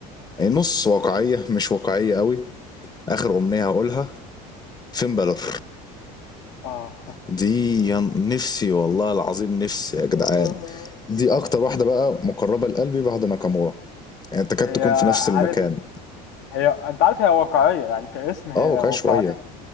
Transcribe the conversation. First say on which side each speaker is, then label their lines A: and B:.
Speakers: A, on the left; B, on the left.
A: أي نص واقعية مش واقعية قوي اخر امنية هقولها فين بالور
B: آه
A: دي يا نفسي والله العظيم نفسي يا جدعان
B: <laughs> آه.
A: دي اكتر واحدة بقى مقربة لقلبي بعد ناكامورا يعني تكاد
B: هي
A: تكون في نفس المكان
B: عارف انت- هي انت عارف هي واقعية يعني كاسم هي
A: اه واقعية
B: واقعية
A: شوية